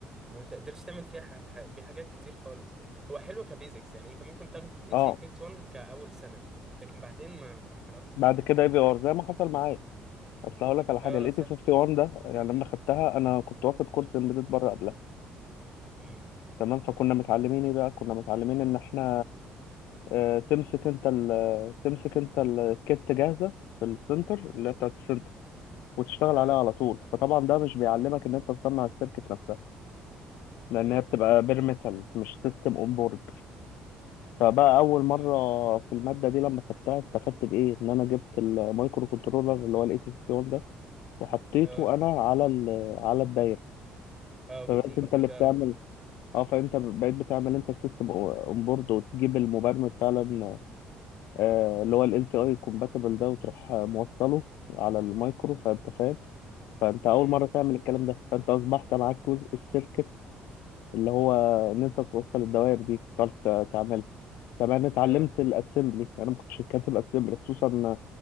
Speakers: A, on the right; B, on the left.
A: ما تقدرش تعمل فيها ح- ح- بيه حاجات كتير خالص هو حلو كبيزكس يعني أنت ممكن تاخد 8051
B: اه
A: كأول سنة لكن بعدين ما خلاص
B: بعد كده اي في ار زي ما حصل معايا اصل هقول لك على حاجه
A: أه
B: الاي
A: صح
B: تي 51 ده يعني لما خدتها انا كنت واخد كورس امبيدد بره قبلها
A: مم.
B: تمام فكنا متعلمين ايه بقى كنا متعلمين ان احنا آه، تمسك انت ال- تمسك انت الكيت جاهزه في السنتر اللي هي بتاعت السنتر وتشتغل
A: أه
B: عليها على طول فطبعا ده مش بيعلمك ان انت تصنع السيركت نفسها لان
A: مم.
B: هي بتبقى بير ميتال مش سيستم اون بورد فبقى اول مره
A: مم.
B: في الماده دي لما خدتها استفدت بايه ان انا جبت المايكرو كنترولر اللي هو الاي تي 51 وحطيته
A: أه
B: انا على ال... على الدايره
A: أه وجبت
B: فبقيت
A: مبرمجة
B: انت اللي بتعمل
A: و...
B: اه فانت بقيت بتعمل انت السيستم اون بورد وتجيب المبرمج فعلا آه، اللي هو ال LTI compatible ده وتروح آه، موصله على المايكرو فانت فاهم فانت اول
A: مم.
B: مره تعمل الكلام ده فانت اصبحت معاك جزء السيركت اللي هو ان انت توصل الدوائر دي تعرف ت- تعملها طب انا اتعلمت
A: أه
B: الاسمبلي انا ما كنتش كاتب اسمبلي خصوصا